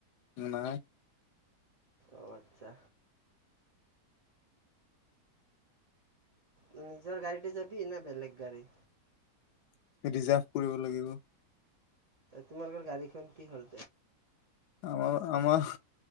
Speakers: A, on the left; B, on the right.
A: নাই।
B: অ' আচ্ছা। নিজৰ গাড়ী দি যাবি নে বেলেগ গাড়ী?
A: ৰিজাৰ্ভ কৰিব লাগিব।
B: তোমালোকৰ গাড়ীখন কি হ'ল?
A: আমাৰ-আমাৰ